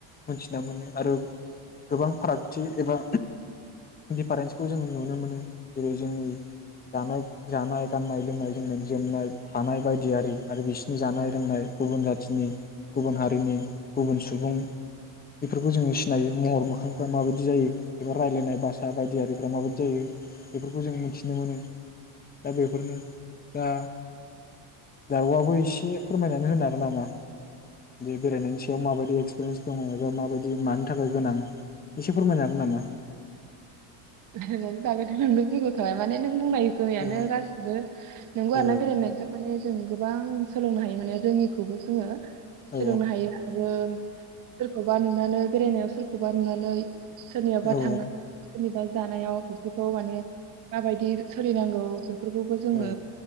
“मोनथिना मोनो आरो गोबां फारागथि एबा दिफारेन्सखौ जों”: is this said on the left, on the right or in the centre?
Left